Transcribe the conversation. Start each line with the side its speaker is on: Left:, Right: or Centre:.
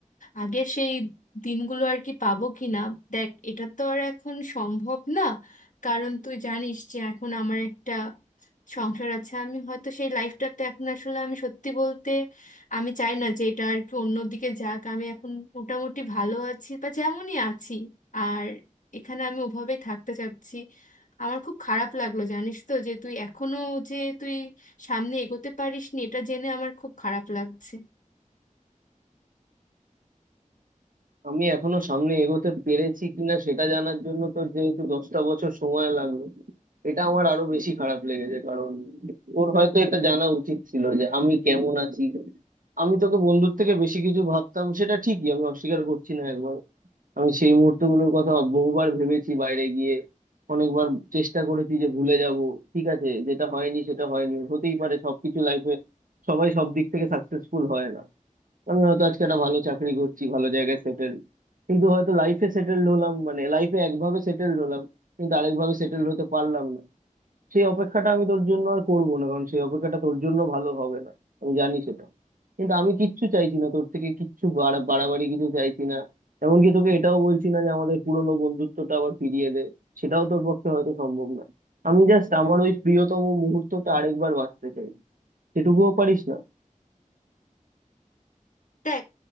Left: আগের সেই দিনগুলো আর কি পাবো কি না দেখ এটা তো আর এখন সম্ভব না কারণ তুই জানিস যে এখন আমার একটা সংসার আছে আমি হয়তো সেই লাইফটাতে এখন আসলে আমি সত্যি বলতে আমি চাই না যে এটা আর কি অন্যদিকে যাক আমি এখন মোটামুটি ভালো আছি বা যেমনই আছি আর এখানে আমি ওভাবেই থাকতে চাচ্ছি আমার খুব খারাপ লাগলো জানিস তো যে তুই এখনো যে তুই সামনে এগোতে পারিসনি এটা জেনে আমার খুব খারাপ লাগছে
Right: আমি এখনো সামনে এগোতে পেরেছি কিনা সেটা জানার জন্য তোর যেহেতু দশটা বছর সময় লাগলো এটা আমার আরো বেশি খারাপ লেগেছে কারণ তোর হয়তো এটা জানা উচিত ছিল যে আমি কেমন আছি আমি তোকে বন্ধুর থেকে বেশি কিছু ভাবতাম সেটা ঠিকই আমি অস্বীকার করছি না একবার আমি সেই মুহূর্তগুলোর কথা বহুবার ভেবেছি বাইরে গিয়ে অনেকবার চেষ্টা করেছি যে ভুলে যাব ঠিক আছে যেটা হয়নি সেটা হয়নি হতেই পারে সবকিছু লাইফে সবাই সব দিক থেকে সাকসেসফুল হয় না আমি হয়তো আজকে একটা ভালো চাকরি করছি ভালো জায়গায় সেটেল কিন্তু হয়তো লাইফে সেটেলড হলাম মানে লাইফে একভাবে সেটেলড হলাম কিন্তু আরেকভাবে সেটেলড হতে পারলাম না সেই অপেক্ষাটা আমি তোর জন্য আর করবো না কারণ সেই অপেক্ষাটা তোর জন্য ভালো হবে না আমি জানি সেটা কিন্তু আমি কিচ্ছু চাইছি না তোর থেকে কিচ্ছু বাড়া- বাড়াবাড়ি কিছু চাইছি না এমনকি তোকে এটাও বলছি না যে আমাদের পুরোনো বন্ধুত্বটা আবার ফিরিয়ে দে সেটাও তোর পক্ষে হয়তো সম্ভব না আমি জাস্ট আমার ওই প্রিয়তম মুহূর্তটা আরেকবার বাঁচতে চাই সেটুকুও পারিস না
Left: দেখ